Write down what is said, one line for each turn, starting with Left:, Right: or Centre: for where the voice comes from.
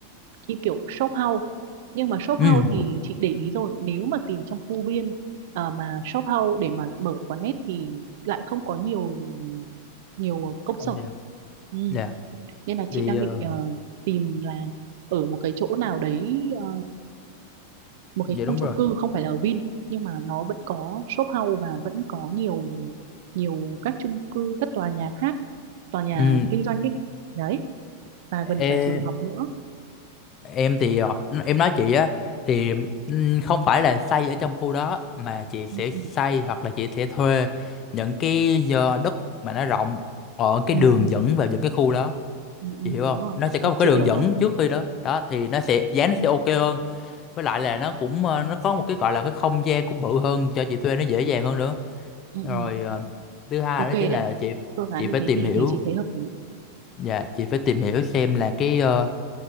Right: như kiểu shop house nhưng mà shop
Left: ừ
Right: house thì chị để ý rồi nếu mà tìm trong khu viên à, mà shop house để mà mở quán net thì lại không có nhiều nhiều công
Left: không
Right: sở
Left: đều
Right: ừ.
Left: dạ
Right: nên là
Left: thì
Right: chị đang
Left: ờ,
Right: định ờ, tìm là ở một cái chỗ nào đấy ờ, một
Left: dạ
Right: cái khu
Left: đúng
Right: chung
Left: rồi
Right: cư không phải là ở Vin nhưng mà nó vẫn có shop house và vẫn có nhiều nhiều các chung cư các tòa nhà khác tòa nhà
Left: ừ
Right: kinh doanh ấy đấy và
Left: e
Right: gần cả trường học nữa
Left: em thì họ- em nói chị á thì ừm, không phải là xây ở trong khu đó mà chị sẽ
Right: ừ,
Left: xây hoặc là chị sẽ thuê những cái giờ đất mà nó rộng ở cái
Right: ừ,
Left: đường
Right: ừ,
Left: dẫn vào những cái khu đó
Right: ừ, ừ,
Left: chị hiểu không
Right: đúng rồi
Left: nó sẽ
Right: Ờ,
Left: có một cái
Right: chị
Left: đường
Right: hiểu
Left: dẫn
Right: rồi
Left: trước khi đó đó thì nó sẽ giá nó sẽ ok hơn với lại là nó cũng ờ, nó có một cái gọi là cái không gian cũng bự hơn cho chị thuê nó dễ dàng hơn nữa
Right: ừ,
Left: rồi
Right: ừ.
Left: ờ, thứ hai
Right: ok
Left: đó
Right: đấy
Left: chính là chị
Right: phương án
Left: chị phải
Right: như thế
Left: tìm
Right: thì
Left: hiểu
Right: thì chị thấy hợp lý
Left: dạ chị phải tìm hiểu xem là cái ờ,